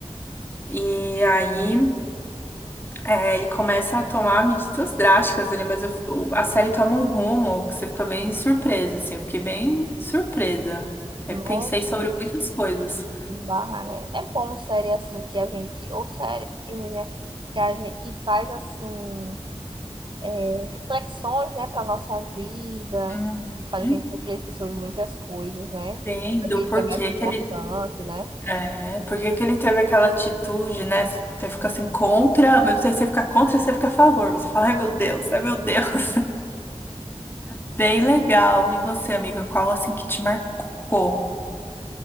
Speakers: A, on the left; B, on the right.
A: E aí. É, ele começa a tomar medidas drásticas ali, mas eu- o- a série toma um rumo que você fica bem surpresa, assim. Eu fiquei bem surpresa. Repensei
B: Nossa.
A: sobre muitas coisas.
B: Que barra, né? É bom série assim que a gente, ou série, filme, né? Que a gente que traz assim é, reflexões, né, para nossa vida,
A: Uhum.
B: para a gente refletir sobre muitas coisas, né?
A: Entendo
B: Daquele
A: por
B: que é mais
A: que
B: importante,
A: que ele,
B: né?
A: é, por que que ele teve aquela atitude, né? Você fica assim contra, mas você fica contra, você fica a favor. Você fala, ai meu Deus, ai meu Deus. <laughs> Bem legal. E você, amiga, qual assim que te marcou?